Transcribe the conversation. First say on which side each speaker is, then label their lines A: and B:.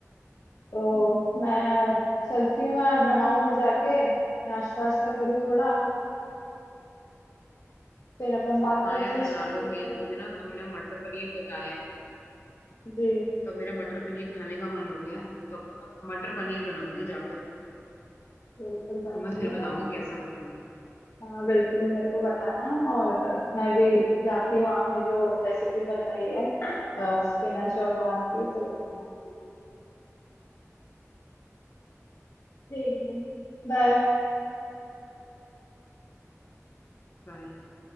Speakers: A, on the left (about 80°); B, on the left (about 50°).
A: तो मैं चलती हूँ यार बनाऊं मैं जाके नाश्ता वास्ता करूँ थोड़ा फिर अपन बात
B: हाँ
A: करते
B: यार
A: हैं इस
B: बना
A: टॉपिक
B: लो मेरे
A: पे
B: को भी ना तुमने मटर पनीर बताया है
A: जी
B: तो अब मेरा मटर पनीर खाने का मन हो गया है तो अब तो मैं मटर पनीर बनाऊंगी जाकर
A: बिल्कुल बनाइए
B: तुम्हें फिर बताऊंगी
A: आप।
B: कैसा बना
A: हाँ बिल्कुल मेरे को बताना और मैं भी जाती हूँ आपने जो रेसिपी बताई है स्पिनच और कॉर्न की तो वो बनाती हूँ। ठीक है बाय
B: बाय